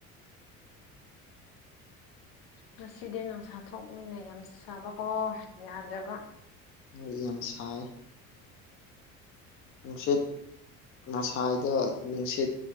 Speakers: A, on the left (about 55°); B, on the left (about 30°).
A: ꯉꯁꯤꯗꯤ ꯅꯨꯡꯁꯥ ꯊꯣꯛꯕꯅꯤꯅ ꯌꯥꯝ ꯁꯥꯕꯀꯣ ꯌꯥꯗ꯭ꯔꯕ
B: ꯍꯣꯢ ꯌꯥꯝ ꯁꯥꯏ ꯅꯨꯡꯁꯤꯠ ꯉꯁꯥꯏꯗꯣ ꯅꯨꯡꯁꯤꯠ